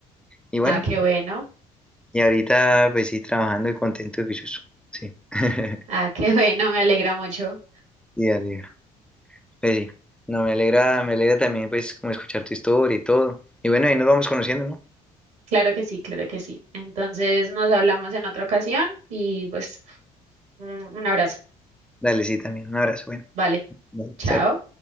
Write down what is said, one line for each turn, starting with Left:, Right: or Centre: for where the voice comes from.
Centre: Y bueno,
Right: Ah, qué bueno.
Centre: y ahorita pues sí, trabajando y contento y juicioso. Sí. <laughs>
Right: Ah, qué <laughs> bueno, me alegra mucho.
Centre: Sí, alegra. Pues sí. No, me alegra, me alegra también pues como escuchar tu historia y todo. Y bueno, ahí nos vamos conociendo, ¿no?
Right: Claro que sí, claro que sí. Entonces nos hablamos en otra ocasión y pues un un abrazo.
Centre: Dale, sí, también. Un abrazo, bueno.
Right: Vale,
Centre: Dale,
Right: chao.
Centre: chao.